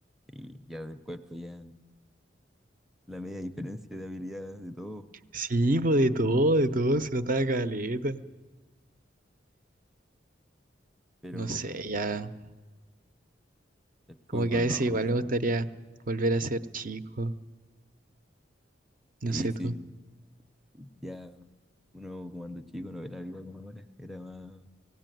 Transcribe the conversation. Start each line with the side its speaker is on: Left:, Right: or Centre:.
Centre: y ya del cuerpo ya la media diferencia de habilidades de todo,
Right: Sí, pues de todo, de todo, se notaba caleta.
Centre: pero
Right: No sé, ya,
Centre: el
Right: como
Centre: fútbol
Right: que a veces
Centre: no.
Right: igual me gustaría volver a ser chico, no
Centre: Sí,
Right: sé
Centre: sí,
Right: tú.
Centre: ya uno cuando chico no era la vida como ahora, era más,